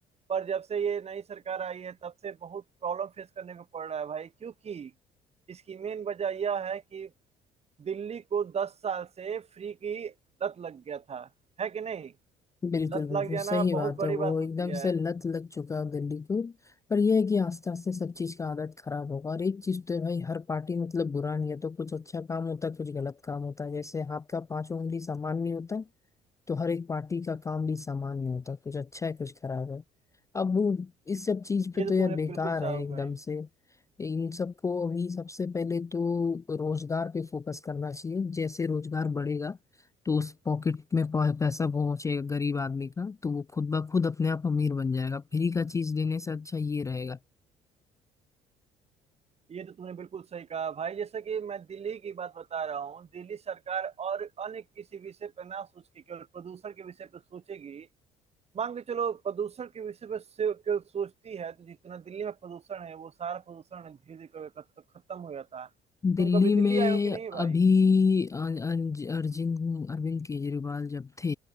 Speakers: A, on the right; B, on the left.
A: पर जब से ये नई सरकार आई है तब से बहुत प्रॉब्लम फेस करने को पड़ रहा है भाई क्योंकि इसकी मेन वजह यह है कि दिल्ली को 10 साल से फ्री की लत लग गया था है कि नहीं
B: बिल्कुल
A: लत
B: बिल्कुल
A: लग जाना
B: सही बात
A: बहुत बड़ी
B: है वो
A: बात होती
B: एकदम
A: है
B: से लत लग चुका है दिल्ली को पर यह है कि आस्ते आस्ते सब चीज का आदत खराब होगा और एक चीज तो है भाई हर पार्टी मतलब बुरा नहीं है तो कुछ अच्छा काम होता है कुछ गलत काम होता है जैसे हाथ का पांचों उंगली समान नहीं होता तो हर एक पार्टी का काम भी समान नहीं होता कुछ अच्छा है कुछ खराब है अब वो इस सब चीज पे
A: ये तो
B: तो
A: तुमने
B: यार बेकार
A: बिल्कुल साफ
B: है एकदम
A: कही
B: से इन सबको अभी सबसे पहले तो रोजगार पे फोकस करना चाहिए जैसे रोजगार बढ़ेगा तो उस पॉकेट में पह- पैसा पहुंचेगा गरीब आदमी का तो वो खुद ब खुद अपने आप अमीर बन जाएगा फ्री का चीज देने से अच्छा ये रहेगा
A: ये तो तुमने बिल्कुल सही कहा भाई जैसे कि मैं दिल्ली की बात बता रहा हूँ दिल्ली सरकार और अन्य किसी विषय पर ना सोच के केवल प्रदूषण के विषय पर सोचेगी मान के चलो प्रदूषण के विषय पर से- केवल सोचती है तो जितना दिल्ली में प्रदूषण है वो सारा प्रदूषण धीरे धीरे खत्म हो जाता है तुम
B: दिल्ली
A: कभी
B: में
A: दिल्ली आए हो कि नहीं भाई
B: अभी अन- अन- अरविंद अरविंद केजरीवाल जब थे